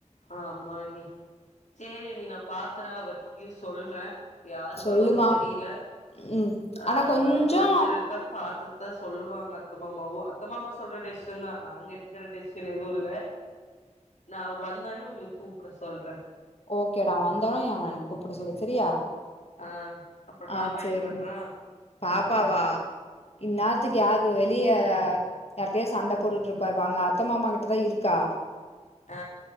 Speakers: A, on the left; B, on the left.
A: ஆமா அண்ணி செரி அண்ணி நா பாக்கற அவர்கிட்யு சொல்ற யாரு
B: சொல்லுமா
A: வரோன்னு தெரில
B: ம்
A: ஆ
B: ஆனா கொஞ்சோ
A: ஃபன்ஷன் எடுத்தா பாத்து தா சொல்லுவாங்க அத்த மாமாவும் அத்த மாமா சொல்ற டெசிஷன் தா நாங்க எடுக்ற டெசிஷன் எதுவும் இல்ல நா அவர் வந் இருந்தாலும் உங்ளுக் கூப்ட சொல்ற
B: ஓகே டா அவன் வந்த அவன கூப்ட சொல்லி செரியா
A: ஆ அப்புறோ
B: ஆ
A: பாப்பா
B: செரிமா
A: என்ன பண்றா
B: பாப்பாவா இன்நாத் த்துக் கெகனு வெளிய யாருட்டையாது சண்ட போட்டுட்டு இருப்பா இப்ப அங்க அத்த மாமா கிட்ட தா இருக்கா
A: அ